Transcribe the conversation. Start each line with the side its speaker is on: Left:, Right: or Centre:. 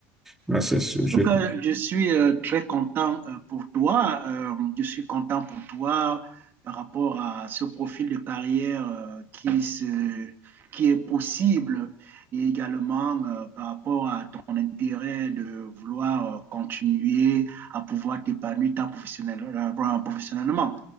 Centre: Voilà, c'est ce- je
Right: En tout cas, je suis euh, très content euh, pour toi. Euh, je suis content pour toi par rapport à ce profil de carrière euh, qui se, qui est possible et également euh, par rapport à ton intérêt de vouloir euh, continuer à pouvoir t'épanouir tant professionnel- euh, professionnellement.